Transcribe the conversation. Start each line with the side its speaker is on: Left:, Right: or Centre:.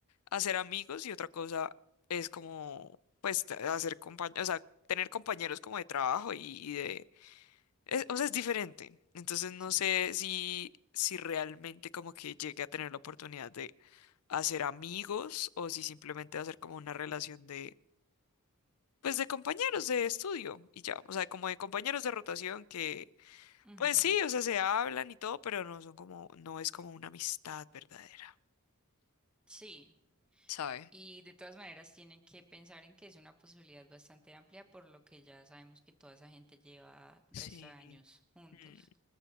Left: hacer amigos y otra cosa es como, pues, t- hacer compañeros, o sea, tener compañeros como de trabajo y, y de, es- o sea, es diferente. Entonces no
Centre: Sí.
Left: sé si, si realmente como que llegue a tener la oportunidad de hacer amigos o si simplemente hacer como una relación de, pues, de compañeros de estudio y ya, o sea, como de compañeros de rotación que
Centre: Ujú.
Left: pues sí, o sea, se hablan y todo, pero no son como, no es como una amistad verdadera.
Centre: Sí,
Left: ¿sabes?
Centre: Y de todas maneras tienen que pensar en que es una posibilidad bastante amplia, por lo que ya sabemos que toda esa gente lleva resto
Left: Sí.
Centre: de años juntos
Left: Mm,